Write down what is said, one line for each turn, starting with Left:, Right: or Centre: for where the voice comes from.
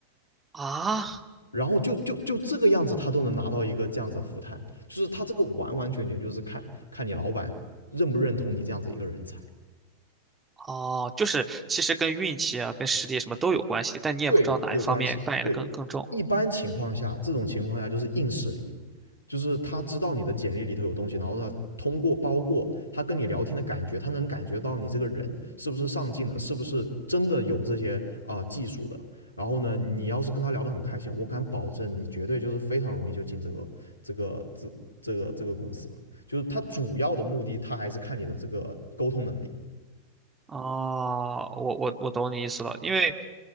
Right: 啊，
Left: 然后就就就这个样子，他都能拿到一个这样子的复探，就是他这个完完全全就是看看你老板认不认同你这样子一个人才，
Right: 哦，就是其实跟运气啊、跟实力什么都有关系，但你也不知道哪一方面扮演的更更重。
Left: 对，有关系。对，一般情况下，这种情况下就是硬实力，就是他知道你的简历里头有东西，然后他通过包括他跟你聊天的感觉，他能感觉到你这个人是不是上进的，是不是真的有这些啊、呃技术的。然后呢，你要是跟他聊得很开心，我敢保证你绝对就是非常容易就进这个这个这这个这个公司了。就是他主要的目的，他还是看你的这个沟通能力。
Right: 哦，我我我懂你意思了，因为